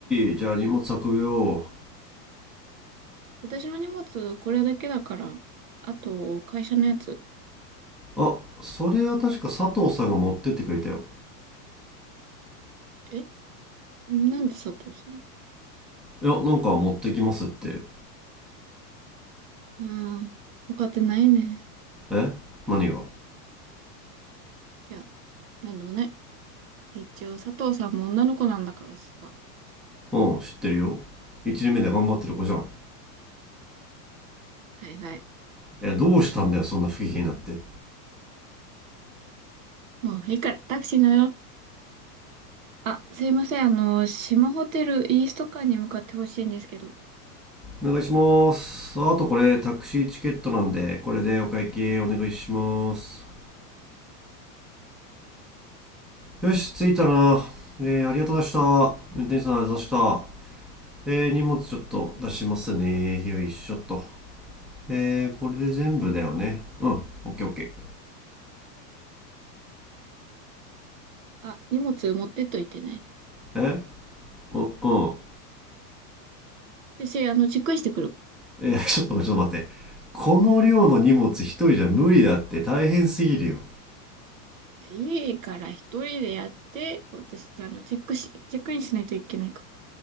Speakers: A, in the centre; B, on the right (about 50°).
A: ーじゃあ荷物運ぶよ
B: 私の荷物これだけだから。あと、会社のやつ。
A: あそれは確か佐藤さんが持ってってくれたよ
B: えなんで佐藤さん
A: いやなんか持ってきますって
B: うん。他ってないね。
A: え何が
B: いや、なんでもない。一応、佐藤さんも女の子なんだからさ。
A: うん知ってるよ1年目で頑張ってる子じゃん
B: はいはい。
A: えどうしたんだよそんな不機嫌になって
B: もういいから、タクシー乗ろう。あ、すいません。あの、島ホテルイースト館に向かってほしいんですけど。
A: お願いしますあとこれタクシーチケットなんでこれでお会計お願いしますよし着いたなえーありがとうございました運転手さんありがとうございましたえー荷物ちょっと出しますねよいしょっとえーこれで全部だよねうんオッケーオッケ
B: あ、荷物持ってっといてね。
A: ーえうんうん
B: 私、あの、チェックインしてくるわ。
A: えーちょっと待ってちょっと待ってこの量の荷物一人じゃ無理だって大変すぎるよ
B: 家から一人でやって、私、あの、チェックし、チェックインしないといけないから。